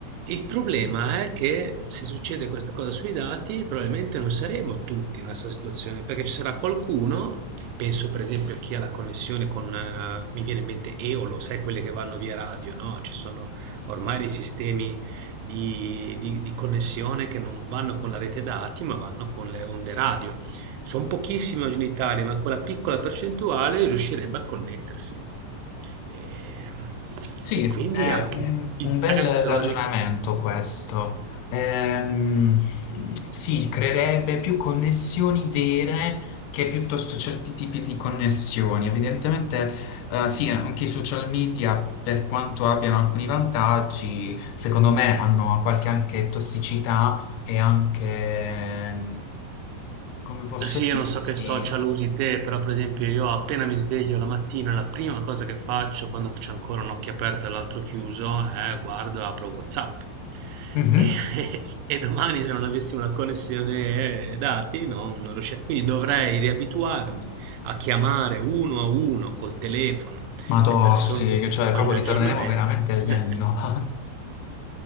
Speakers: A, on the right; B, on the left.
A: Il problema è che se succede questa cosa sui dati, probabilmente non saremo tutti nella stessa situazione, perché ci sarà qualcuno, penso per esempio a chi ha la connessione con, eh, mi viene in mente Eolo, sai quelle che vanno via radio, no? Ci sono ormai dei sistemi di, di- di connessione che non vanno con la rete dati, ma vanno con le onde radio. Son pochissimi oggi in Italia, ma quella piccola percentuale riuscirebbe a connettersi. Ehm,
B: Sì,
A: e quindi
B: è
A: anche
B: un,
A: il
B: un bel
A: prezzo
B: ragionamento questo. Ehm, sì, creerebbe più connessioni vere che piuttosto certi tipi di connessioni. Evidentemente, eh,
A: mh.
B: sì, anche i social media, per quanto abbiano alcuni vantaggi, secondo me hanno qualche anche tossicità e anche, ehm, come posso
A: Eh Sì, io non so che
B: dire,
A: social usi te, però per esempio io appena mi sveglio la mattina, la prima cosa che faccio quando c'è ancora un occhio aperto e l'altro chiuso è guardo e apro WhatsApp.
B: Mhm.
A: E, <laughs> e domani se non avessi una connessione eh, dati non, non riuscirei. Quindi dovrei riabituarmi a chiamare uno a uno col telefono
B: Ma tossi,
A: le persone che
B: cioè
A: voglio
B: proprio
A: aggiornamenti.
B: ritorneremo veramente agli
A: <laughs>
B: anni 90.